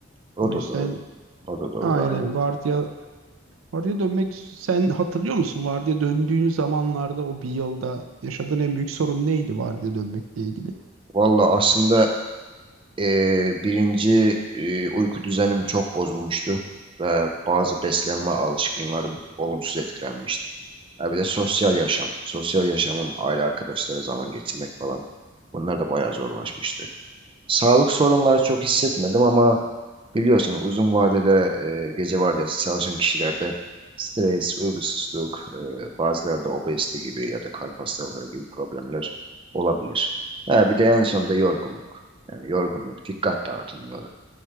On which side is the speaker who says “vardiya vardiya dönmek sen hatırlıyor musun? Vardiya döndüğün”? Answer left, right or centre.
Right